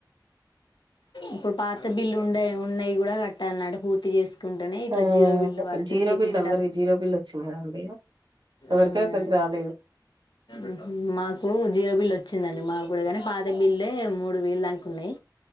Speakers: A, on the left; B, on the right.
A: ఇప్పుడు పాత బిల్లు ఉండ ఉన్నాయి కూడా కట్ అన్నాడు పూర్తి చేసు కుంటెనే ఇట్లా
B: ఆ
A: జీరో బిల్ పడుతది
B: జీరో
A: లేకుంటే
B: బిల్ అందరికి
A: డబ్
B: జీరో బిల్ వచ్చింది కదండి ఎవరికో
A: అవునా
B: ఒకరికి
A: అండి
B: రాలేదు
A: ఉహు మాకు జీరో బిల్ వచ్చిందండి మా గూడా గని పాద బిల్లే మూడు వేలు దంక ఉన్నాయి.